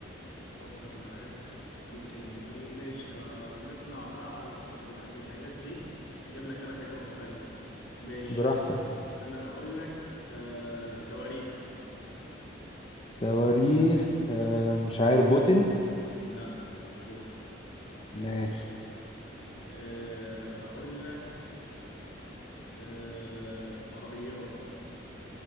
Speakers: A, on the left (about 75°); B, on the left (about 30°).
A: أفكر معاك ممكن أجيب مين ماشي آه نطلع بقى على عن, عن الحاجات دي أجيب لك أنا حاجة مختلفة ماشي
B: براحتك
A: أنا هقول لك آه صواريخ
B: صواريخ آه، مش عارف بوتن
A: لا مش بوت
B: ماشي
A: آه هقول لك آه عربيات